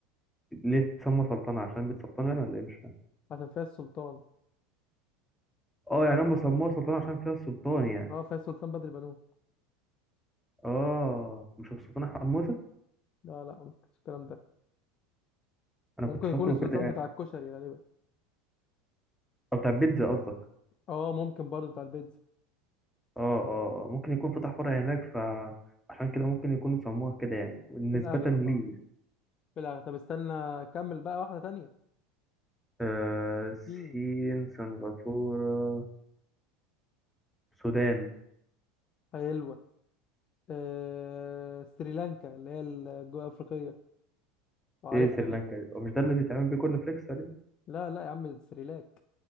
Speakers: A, in the centre; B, on the left.
A: ليه سموها سلطنة عشان بيت سلطان يعني ولا ايه مش فاهم
B: عشان فيها السلطان
A: اه يعني هم سموها سلطنة عشان فيها السلطان يعني
B: اه فيها السلطان بدر بنوه
A: اه مش السلطان حموزة
B: لا لا ما كانش الكلام ده
A: انا
B: ممكن
A: كنت فاكره
B: يكون السلطان
A: كده يعني
B: بتاع الكشري غالبا
A: او بتاع بيتزا قصدك
B: اه ممكن برضه بتاع البيتزا
A: اه اه آه، ممكن يكون فتح فرع هناك فعشان كده ممكن يكونوا سموها كده يعني نسبة
B: في الاغلب
A: لي
B: اه
A: يعني
B: في الاغلب طب استنى كمل بقى واحده تانية
A: آه سين
B: فين
A: سنغافورة السودان
B: حلوه آه... سريلانكا اللي هي الجنوب افريقيه وعارفها
A: ايه سريلانكا
B: دي
A: هو مش ده اللي بيتعمل بيه كورن فليكس تقريبا
B: لا لا يا عم دي سريلاك